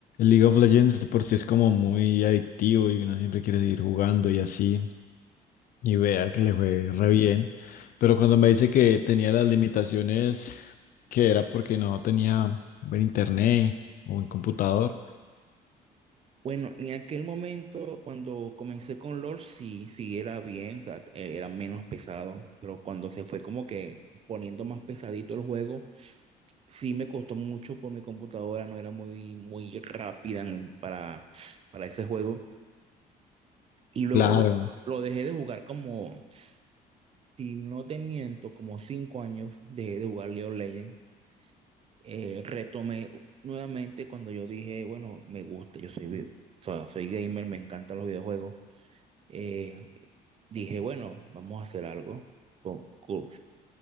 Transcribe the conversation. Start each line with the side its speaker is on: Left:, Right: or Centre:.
Left: League of Legends de por sí es como muy adictivo y uno siempre quiere seguir jugando y así. Y vea que le fue re bien. Pero cuando me dice que tenía las limitaciones, que era porque no tenía buen internet o buen computador.
Right: Bueno, en aquel momento, cuando comencé con LoL, sí, sí era bien, o sea, eh, era menos pesado, pero cuando se fue como que poniendo más pesadito el juego, sí me costó mucho por mi computadora, no era muy, muy rápida en- para, para ese juego. Y luego
Left: Claro.
Right: lo lo dejé de jugar como... si no te miento, como cinco años dejé de jugar League of Legends. Eh, retomé nuevamente cuando yo dije, bueno, me gusta, yo soy, vi- o sea, soy gamer, me encantan los videojuegos. Eh, dije, bueno, vamos a hacer algo. Po- co-